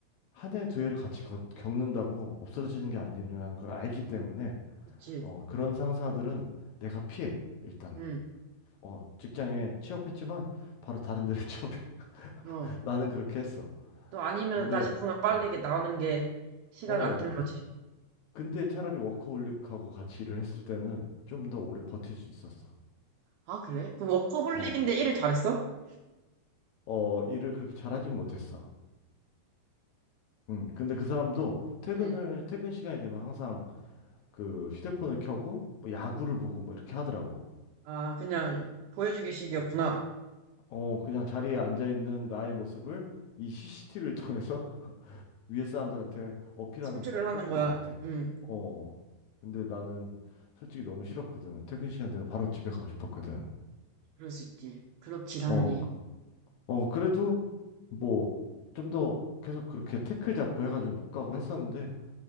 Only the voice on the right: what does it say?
그치.
응,
어.
또 아니면
나 싶으면 빨리
이게 나오는 게 시간을
아끼는 거지.
아, 그래? 그 워커홀릭인데
일을 잘했어?
응.
아, 그냥 보여주기식이었구나.
성취를
하는 거야.
응,
그럴 수 있지. 그렇지, 당연히.